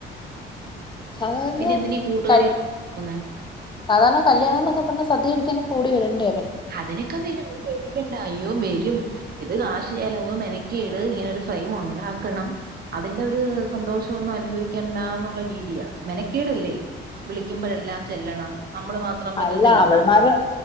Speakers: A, on the left (about 25°); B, on the right (about 50°).
A: സാധാരണ
B: പിന്നെ എന്തിനാ ഈ കൂട്ടുകാരി
A: കഴി
B: <inaudible> ക്കുന്നേ
A: സാധാരണ കല്യാണംന്നൊക്കെ പറഞ്ഞ സദ്യ കഴിക്കാന് കൂടി വരണ്ടെ
B: അതിനൊക്ക വരും നീ പേടിക്കണ്ട അയ്യോ വെരും ഇത് കാശ് ചെലവ് മെനക്കേട് ഇങ്ങനൊരു ഫ്രെയിമ് ഉണ്ടാക്കണം അതിന്റോര് സന്തോഷൊന്നും അനുഭവിക്കണ്ടാന്ന്ള്ള രീതിയാ മെനക്കേടല്ലെ വിളിക്കുമ്പഴെല്ലാം ചെല്ലണം നമ്മള് മാത്രം പറ്റത്തില്ലല്ലൊ
A: അല്ല അവൾമാര്